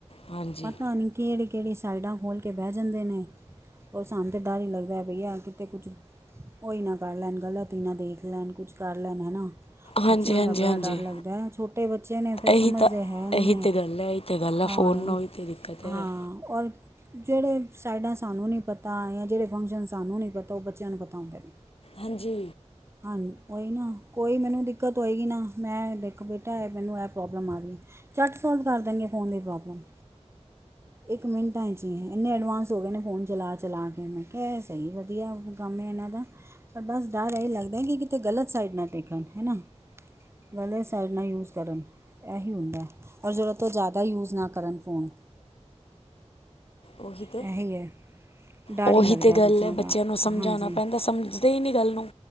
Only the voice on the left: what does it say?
ਹਾਂਜੀ
ਹਾਂਜੀ
ਹਾਂਜੀ
ਹਾਂਜੀ
ਇਹੀ ਤਾਂ
ਇਹੀ
ਤਾਂ ਗੱਲ ਹੈ ਇਹੀ ਤਾਂ ਗੱਲ ਹੈ
ਫ਼ੋਨ ਨੂੰ ਹੀ ਤਾਂ ਦਿੱਕਤ
ਹੈ
ਹਂਜੀ।
ੳਹੀ ਤੇ,
ਉਹੀ
ਤੇ ਗੱਲ
ਏ,
ਬੱਚੇਆਂ ਨੂੰ ਸਮਝਾਉਣਾ
ਪੈਂਦਾ ਸਮਝ ਦੇ ਨੀ ਗੱਲ ਨੂੰ।